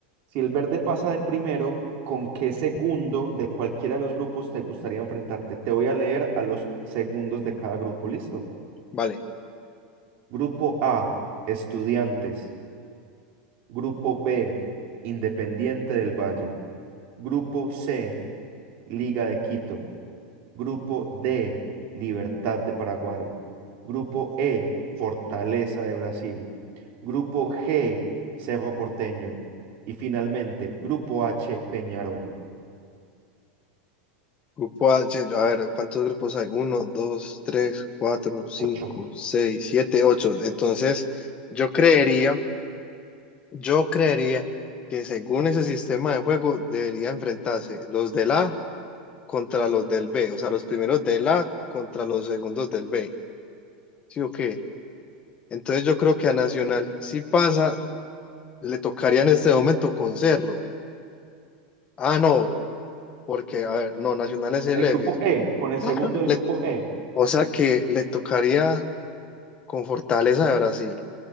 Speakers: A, on the right; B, on the left.
A: Si el verde pasa de primero, ¿con qué segundo de cualquiera de los grupos te gustaría enfrentarte? Te voy a leer a los segundos de cada grupo, ¿listo?
B: vale.
A: Grupo A, estudiantes. Grupo B, Independiente del Valle. Grupo C, Liga de Quito. Grupo D, Libertad de Paraguay. Grupo E, Fortaleza de Brasil. Grupo G, Cerro Porteño. Y finalmente, Grupo H, Peñarol.
B: Grupo A, ye- a ver, ¿cuántos grupos hay? Uno, dos, tres, cuatro, cinco,
A: Ocho.
B: seis, siete, ocho. Entonces, yo creería, yo creería que según ese sistema de juego debería enfrentarse los del A contra los del B, o sea, los primeros del A contra los segundos del B. ¿Sí o qué? Entonces yo creo que a Nacional, si pasa, le tocaría en este momento con Cerro. Ah, no, porque, a ver, no, Nacional es
A: Con
B: el
A: el
B: F.
A: grupo E, con el
B: Ah,
A: segundo
B: bueno.
A: del
B: Le-
A: grupo E,
B: o sea que le tocaría con Fortaleza de Brasil.